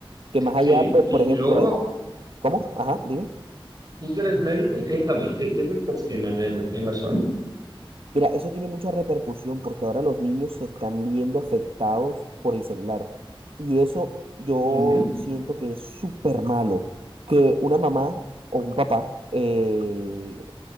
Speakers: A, on the right; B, on the right.
A: Que más allá,
B: Sí.
A: pues,
B: Y,
A: por ejemplo,
B: y luego,
A: eh, ¿cómo? Ajá, dime.
B: tú que eres médico, cuéntame, ¿qué, qué efectos tienen en, en la salud?
A: Mira, eso tiene mucha repercusión porque ahora los niños se están viendo afectados por el celular. Y eso yo
B: Ujú.
A: siento que es súper malo. Que una mamá o un papá eh,